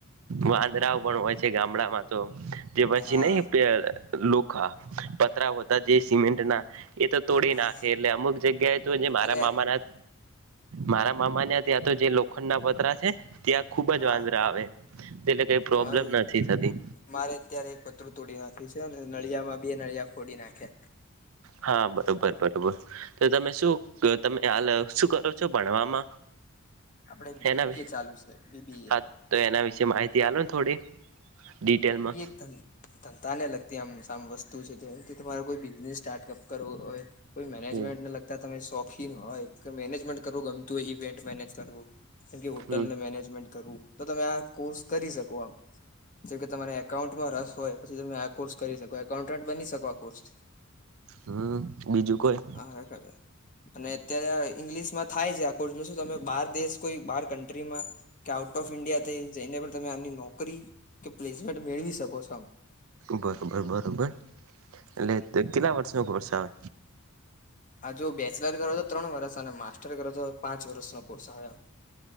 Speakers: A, on the right; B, on the left.
A: વાંદરાઓ પણ હોય છે ગામડામાં તો. તે પછી
B: હા
A: નઈ પેલ લોખા પતરા હતા જે સિમેન્ટના એ તો. તોડી
B: હા
A: નાખે એટલે અમુક જગ્યાએ તો જે મારા
B: અરે
A: મામાના મારા મામાને ત્યાં તો જે લોખંડના પતરા છે. ખૂબ
B: હા
A: જ વાંદરા આવે એટલે કઈ પ્રોબ્લેમ
B: અમારું
A: નથી થતી.
B: મારે અત્યારે એક પત્રુ તોડી નાખ્યું છે અને નળિયામાં બે નળિયા ફોડી નાખ્યા.
A: હા, બરોબર બરોબર તો તમે શું ક તમે હાલ શું કરો છો ભણવામાં?
B: આપડે બીબીએ
A: એના
B: ચાલુ છે બીબીએ.
A: હા તો એના વિશે માહિતી આલો થોડી. ડિટેલમાં
B: બી બી એકતાની. ધંધાને લગતી આમ સામ વસ્તુ છે જેથી તમારે કોઈ બિઝનેસ સ્ટાર્ટઅપ કરવો હોય. કોઈ મેનેજમેન્ટને
A: હમ
B: લગતા તમે શોખીન હોય મેનેજમેન્ટ કરવું ગમતું હોય ઇવેન્ટ મેનેજ કરવું. જેમ કે હોટલને
A: હમ
B: મેનેજમેન્ટ કરવું તો તમે આ કોર્સ કરી શકો આમ. જો કે તમારે એકાઉન્ટમાં રસ હોય પછી તમે આ કોર્સ કરી શકો એકાઉન્ટન્ટ બની શકો આ કોર્સથી.
A: હમ, બીજું કઈ?
B: <unintelligible> અને અત્યારે આ ઈંગ્લિશમાં થાય છે આ કોર્ષનું શું તમે બાર દેશ કોઈ બાર કન્ટ્રીમાં કે આઉટ ઓફ ઈન્ડિયા થઈ જઈને પણ તમે આની નોકરી કે પ્લેસમેન્ટ મેળવી શકો છો આમ.
A: બરોબર બરોબર એટલે તે કેટલા વર્ષનો કોર્ષ આવે?
B: આ જો બેચલર કરો તો ત્રણ વર્ષ અને માસ્ટર કરો તો પાંચ વર્ષનો કોર્સ આવે આમ.